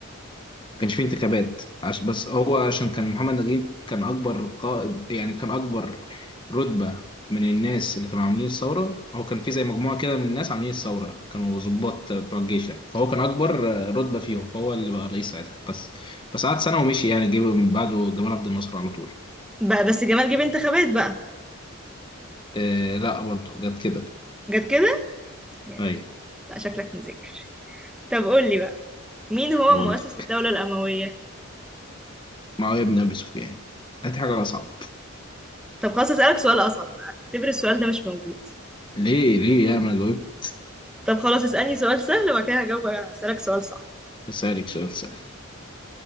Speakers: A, on the left; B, in the centre.
A: كانش فيه انتخابات عش بس هو عشان كان محمد نجيب كان أكبر قائد يعني كان أكبر رتبة من الناس اللي كانوا عاملين الثورة هو كان في زي مجموعة كده من الناس عاملين الثورة كانوا ضباط بتوع الجيش يعني فهو كان أكبر آه، رتبة فيهم فهو اللي بقى رئيس ساعتها بس بس قعد سنة ومشي يعني جه من بعده جمال عبد الناصر على طول
B: بقى بس جمال جه انتخابات بقى
A: آه لا برضه جت كده
B: جت كده yeah.
A: أيوة
B: لا شكلك مذاكر طب قول لي بقى مين هو
A: هو
B: مؤسس
A: دي.
B: الدولة الأموية
A: معاوية بن أبي سفيان هات حاجة أصعب
B: طب خلاص اسألك سؤال أصعب بقى اعتبر السؤال ده مش موجود
A: ليه ليه يا ما جاوبت
B: طب خلاص اسألني سؤال سهل وبعد كده هجاوب هسألك سؤال صعب
A: بسألك سؤال سهل